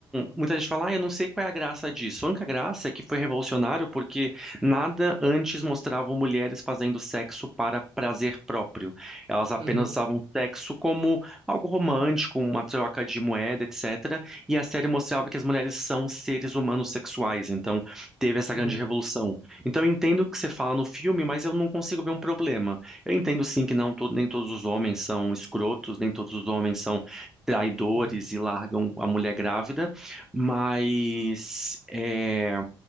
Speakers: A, in the centre; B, on the right (about 45°).
A: muita gente fala, ah, eu não sei qual é a graça disso. A única graça é que foi revolucionário porque Nada antes mostrava mulheres fazendo sexo para prazer próprio. Elas apenas
B: uhum,
A: usavam sexo como algo romântico, uma troca de moeda, etc. E a série mostrava que as mulheres são seres humanos sexuais, então teve essa
B: uhum,
A: grande revolução. Então eu entendo o que você fala no filme, mas eu não consigo ver um problema. Eu entendo sim que não to- nem todos os homens são escrotos, nem todos os homens são traidores
B: uhum,
A: e largam a mulher grávida, mas é,